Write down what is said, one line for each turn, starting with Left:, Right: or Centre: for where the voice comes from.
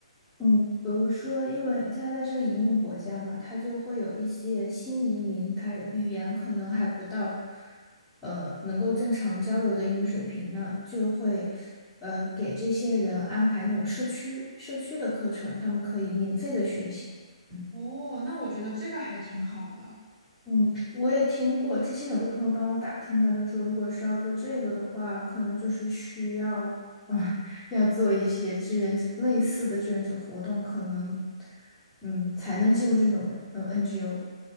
Centre: 嗯，比如说，因为加拿大是个移民国家嘛，它就会有一些新移民，他语言可能还不到，呃，能够正常交流的英语水平呢，就会，呃，给这些人安排那种社区社区的课程，他们可以免费的学习。嗯。
Right: 哦，那我觉得这个还挺好的。
Centre: 嗯，我也听过，之前有个朋友帮我打听，他就说，如果是要做这个的话，可能就是需要，啊、<laughs> 要做一些志愿者类似的志愿者活动，可能，嗯，才能进入这种呃 NGO。